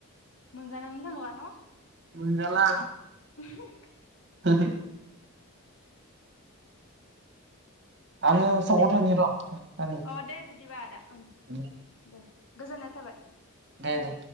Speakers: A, on the left; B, on the right.
A: मोनजानोनो थांला न
B: मोनजाला
A: <unintelligible>
B: <unintelligible> आङो सकाव
A: दे
B: थांनि
A: अ दे बिदिबा आदा ओं
B: र'
A: दे गोजोननाय थाबाय
B: दे दे